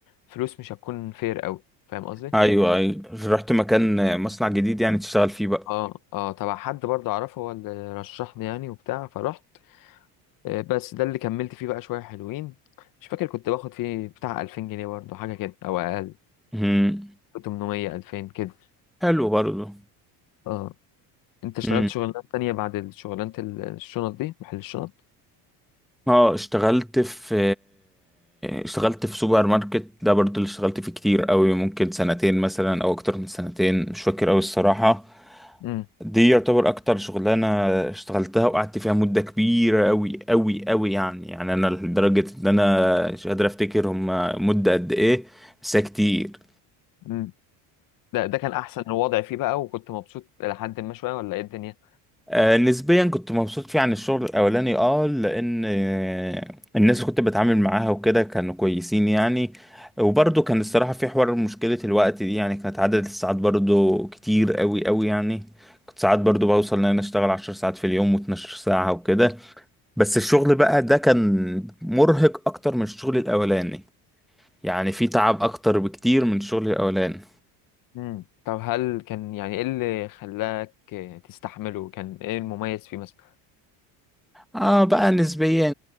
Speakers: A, on the left; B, in the centre.
A: فلوس مش هتكون فير قوي فاهم قصدي
B: ايوه ايوه رحت مكان مصنع جديد يعني تشتغل فيه بقى
A: اه اه تبع حد برضه اعرفه هو اللي رشحني يعني وبتاع فرحت آه، بس ده اللي كملت فيه بقى شوية حلوين مش فاكر كنت باخد فيه بتاع 2000 جنيه برضه حاجة كده أو أقل
B: مم.
A: 800 2000 كده
B: حلو برضه
A: اه أنت اشتغلت
B: مم.
A: شغلانات تانية بعد شغلانة الشنط دي محل الشنط
B: اه اشتغلت في اشتغلت في سوبر ماركت ده برضه اللي اشتغلت فيه كتير قوي ممكن سنتين مثلا او اكتر من سنتين مش فاكر قوي الصراحة
A: امم
B: دي يعتبر اكتر شغلانة اشتغلتها وقعدت فيها مدة كبيرة قوي قوي قوي يعني يعني انا لدرجة ان انا مش قادر افتكر هم مدة قد ايه بس هي كتير
A: امم ده ده كان أحسن الوضع فيه بقى وكنت مبسوط لحد ما شوية ولا إيه الدنيا
B: آه، نسبيا كنت مبسوط فيه عن الشغل الاولاني اه لان آه، الناس اللي كنت بتعامل معاها وكده كانوا كويسين يعني وبرضه كان الصراحة في حوار مشكلة الوقت دي يعني كانت عدد الساعات برضه كتير قوي قوي يعني كنت ساعات برضه بوصل ان انا اشتغل عشر ساعات في اليوم واتناشر ساعة وكده بس الشغل بقى ده كان مرهق اكتر من الشغل الاولاني يعني في تعب اكتر بكتير من الشغل الاولاني
A: امم طب هل كان يعني إيه اللي خلاك آه، تستحمله كان إيه المميز فيه مثلا
B: اه بقى نسبيا